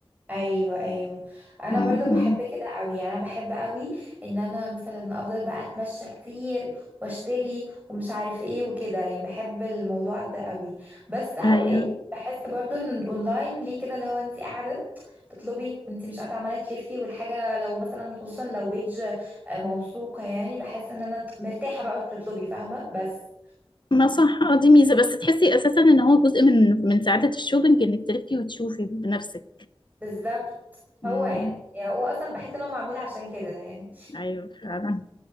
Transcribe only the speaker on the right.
ايوه ايوه انا
برضو بحب كده قوي يعني انا بحب قوي ان انا مثلا افضل بقى اتمشى كتير واشتري ومش عارف ايه وكده يعني بحب الموضوع ده قوي بس اوقات
بحس برضو ان الاونلاين ليه كده لو انت قاعده تطلبي وانت مش قاعده عماله تلفي والحاجه لو مثلا خصوصا لو بيج آه، موثوقه يعني بحس ان انا مرتاحه بقى وانت بتطلبي فاهمه بس
بالظبط هو
يعني يعني هو اصلا بحس ان هو معمول عشان كده يعني